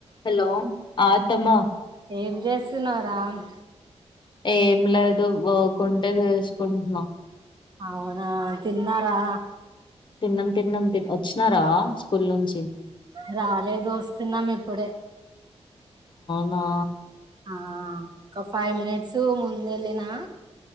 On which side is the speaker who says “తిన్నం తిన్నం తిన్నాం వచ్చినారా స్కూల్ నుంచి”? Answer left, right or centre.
Left